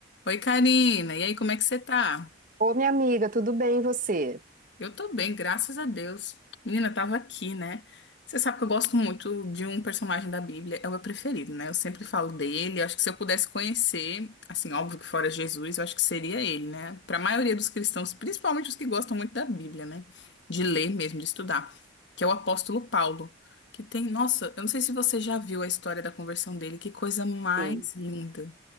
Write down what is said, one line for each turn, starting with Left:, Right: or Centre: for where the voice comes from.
Left: Oi, Karina. E aí, como é que você tá?
Right: Ô, minha amiga, tudo bem e você?
Left: Eu tô bem, graças a Deus. Menina, eu tava aqui, né? Você sabe que eu gosto muito de um personagem da Bíblia, é o meu preferido, né? Eu sempre falo dele. Acho que se eu pudesse conhecer, assim, óbvio que fora Jesus, eu acho que seria ele, né? Pra maioria dos cristãos, principalmente os que gostam muito da Bíblia, né? De ler mesmo, de estudar, que é o apóstolo Paulo, que tem, nossa, eu não sei se você já viu a história da conversão dele, que coisa mais
Right: Sim.
Left: linda.